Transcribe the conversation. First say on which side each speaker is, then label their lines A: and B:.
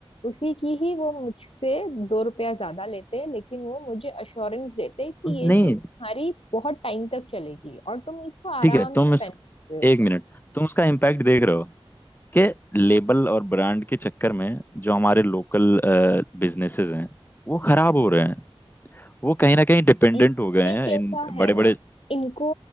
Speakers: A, on the left; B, on the left.
A: उसी की ही वो मुझसे दो रुपया ज्यादा लेते हैं लेकिन वो मुझे अश्योरेंस देते हैं कि ये
B: नहीं
A: चीज तुम्हारी बहुत टाइम तक चलेगी और तुम इसको आराम
B: ठीक है तुम
A: से पहन
B: इस
A: सकते हो
B: एक मिनट तुम उसका इम्पैक्ट देख रहे हो कि लेबल और ब्रांड के चक्कर में जो हमारे लोकल बिजनेसेस हैं वो खराब हो रहे हैं वो कहीं ना कहीं डिपेंडेंट
A: इसमें
B: हो गए हैं
A: कैसा
B: इन बड़े
A: है
B: बड़े
A: ना इनको